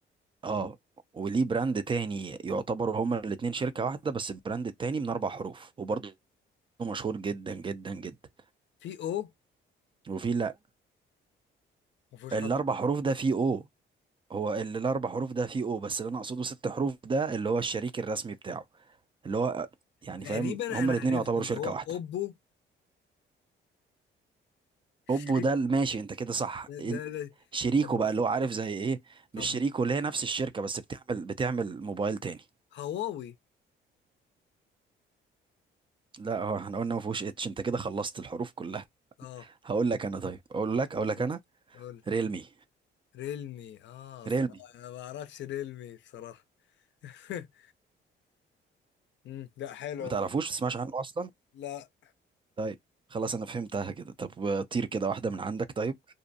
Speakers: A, on the right (about 25°); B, on the left (about 65°).
A: اه وليه براند تاني يعتبروا هما الاتنين شركه واحده بس البراند التاني من اربع حروف وبرضه مشهور جدا جدا جدا
B: في او
A: وفي لا
B: مفيهوش
A: الاربع
B: حرف
A: حروف ده فيه او هو اللي الاربع حروف ده فيه او بس اللي انا اقصده ست حروف ده اللي هو الشريك الرسمي بتاعه اللي هو يعني
B: تقريبا
A: فاهم هما
B: انا
A: الاتنين
B: عرفت
A: يعتبروا
B: اللي
A: شركة
B: هو
A: واحدة
B: اوبو شريك
A: اوبو ده ال- ماشي انت كده صح
B: ده
A: ال-
B: ده, ده.
A: شريكه
B: طب ما-
A: بقى اللي هو عارف زي ايه
B: طب
A: مش شريكه
B: ما-
A: اللي هي نفس الشركة بس بتعمل بتعمل موبايل تاني
B: هواوي
A: لا هو احنا قلنا ما فيهوش اتش انت كده خلصت الحروف كلها
B: اه
A: هقول لك انا طيب اقول لك اقول لك
B: آه.
A: انا
B: قول
A: ريلمي
B: ريلمي اه
A: ريلمي
B: صراحة انا ما اعرفش ريلمي بصراحة <laughs> مم، لا حلوة
A: ما تعرفوش
B: دي
A: ما تسمعش عنه اصلا
B: لا
A: طيب خلاص انا فهمتها كده طب طير كده واحدة من عندك طيب